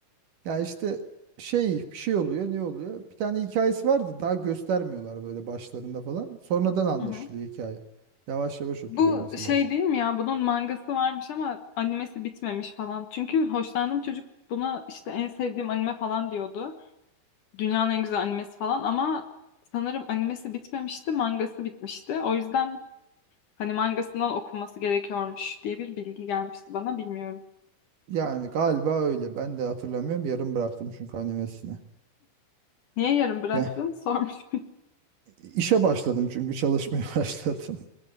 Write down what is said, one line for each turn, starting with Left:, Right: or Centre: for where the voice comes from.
Right: ya işte şey bir şey oluyor, ne oluyor? Bir tane hikayesi vardı. Daha göstermiyorlar böyle başlarında falan. Sonradan anlaşılıyor
Left: <laughs>
Right: hikaye. Yavaş yavaş oturuyor
Left: Bu
Right: mesela.
Left: şey değil mi ya? Bunun mangası varmış ama animesi bitmemiş falan. Çünkü hoşlandığım çocuk buna işte en sevdiğim anime falan diyordu. Dünyanın en güzel animesi falan ama sanırım animesi bitmemişti, mangası bitmişti. O yüzden hani mangasından okunması gerekiyormuş diye bir bilgi gelmişti bana bilmiyorum.
Right: Yani galiba öyle. Ben de hatırlamıyorum. Yarım bıraktım çünkü animesini.
Left: Niye yarım bıraktın?
Right: Ya
Left: Sormuş. <laughs>
Right: işe başladım çünkü çalışmaya <laughs> başladım.